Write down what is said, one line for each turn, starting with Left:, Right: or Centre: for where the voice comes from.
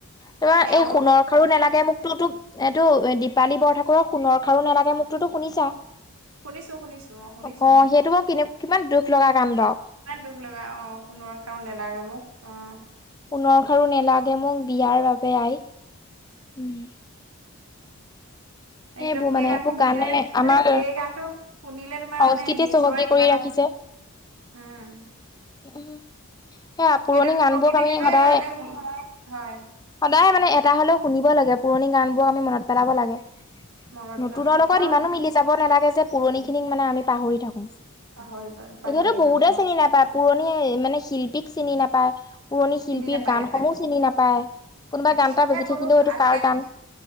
Left: তোমাৰ
Right: তেওঁৰ
Left: এই সোণৰ খাৰু নালাগে মোকতোতো, এইটো দীপালী বৰঠাকুৰৰ সোণৰ খাৰু নালাগে মোকতোতো শুনিছা?
Right: শুনিছো শুনিছো শুনিছো
Left: অ', সেইটো মই কিমান দুখ লগা গান বাৰু
Right: ইমান দুখ লগা, অ', সোণৰ খাৰু নালাগে মোক অ'
Left: সোণৰ খাৰু নেলাগে মোক বিয়াৰ বাবে আই, উম সেইবোৰ
Right: একদম সেই
Left: মানে
Right: গানটো
Left: এইবোৰ গানে
Right: শুনিলে,
Left: আমাৰ
Right: মানে সেই গানটো শুনিলে তোমাৰ
Left: সংস্কৃতি
Right: মানে নিজৰে
Left: চহকী
Right: কিবা
Left: কৰি
Right: এটা,
Left: ৰাখিছে।
Right: উম
Left: উম, সেয়া পুৰণি
Right: সেইটোতো
Left: গানবোৰক
Right: প্ৰকৃতিক
Left: আমি
Right: লৈয়ে
Left: সদায়
Right: গালে হয়
Left: সদায় মানে এটা হ'লেও শুনিব লাগে। পুৰণি গান বোৰ আমি মনত পেলাব লাগে,
Right: মনত পেলাব
Left: নতুনৰ
Right: লাগে
Left: লগত
Right: মই
Left: ইমান ও মিলি যাব নালাগে যে পুৰণি খিন মানে আমি পাহৰি থাকোঁ,
Right: পাহৰি পাহৰি
Left: এতিয়াতো বহুতে
Right: যাওঁ হয়
Left: চিনি নাপায়, পুৰণি মানে শিল্পী চিনি নাপায়। পুৰণি শিল্পীৰ
Right: চিনি নাপায়
Left: গানসমূহ
Right: নাপায়
Left: চিনি নাপায়, কোনোবা
Right: পায়
Left: গান এটা
Right: এতিয়া
Left: বাজি
Right: কোনো
Left: থাকিলেও এইটো
Right: আজিকালি
Left: কাৰ গান